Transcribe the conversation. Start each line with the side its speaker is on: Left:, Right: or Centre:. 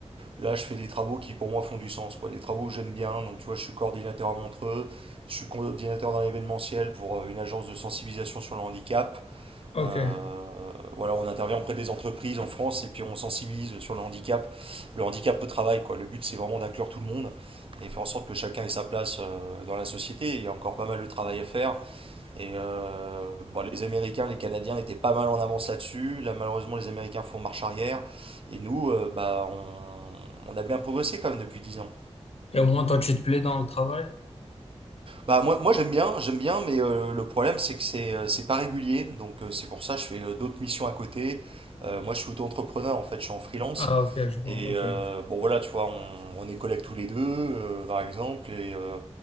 Right: Là, je fais des travaux qui pour moi font du sens, quoi. Des travaux que j'aime bien. Donc, tu vois, je suis coordinateur à Montreux, je suis coordinateur dans l'événementiel pour euh, une agence de sensibilisation sur le handicap.
Left: ok.
Right: Euh, voilà, on intervient auprès des entreprises en France et puis on sensibilise sur le handicap, le handicap au travail, quoi. Le but, c'est vraiment d'inclure tout le monde et faire en sorte que chacun ait sa place euh, dans la société. Il y a encore pas mal de travail à faire. Et euh, bon, les Américains, les Canadiens étaient pas mal en avance là-dessus. Là, malheureusement, les Américains font marche arrière. Et nous, euh, bah, on, on a bien progressé quand même depuis 10 ans.
Left: Et au moins, toi, tu te plais dans le travail?
Right: Bah, moi, moi j'aime bien, j'aime bien, mais euh, le problème, c'est que c'est euh, c'est pas régulier. Donc, euh, c'est pour ça que je fais euh, d'autres missions à côté. Euh, moi, je suis auto-entrepreneur, en fait, je suis en freelance.
Left: Ah, ok, je vois,
Right: Et
Left: ok.
Right: euh, bon voilà, tu vois, on, on est collègues tous les deux, euh, par exemple, et euh,